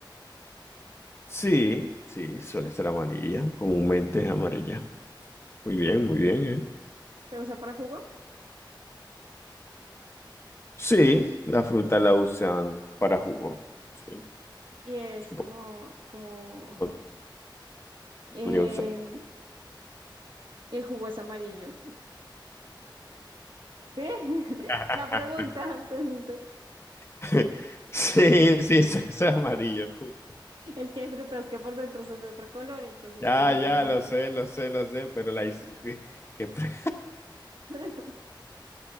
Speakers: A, on the left; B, on the right.
A: Sí, sí, suele ser amarilla, comúnmente es amarilla. Muy bien, muy bien, ¿eh?
B: ¿Se usa para jugo?
A: Sí, la fruta la usan para jugo, sí,
B: y es
A: se
B: como,
A: po-
B: como, a
A: po-
B: ver,
A: se
B: em,
A: podría usar
B: el jugo es amarillo. ¿Sí? <laughs>
A: para...
B: La pregunta, pues no sé.
A: <laughs> Sí, sí, suele ser amarillo. ju-
B: Es que hay frutas que por dentro son de otro color, entonces
A: Ya,
B: pues yo
A: ya,
B: pregunto.
A: lo sé, lo sé, lo sé, pero la hice... <laughs> que pre-
B: <laughs>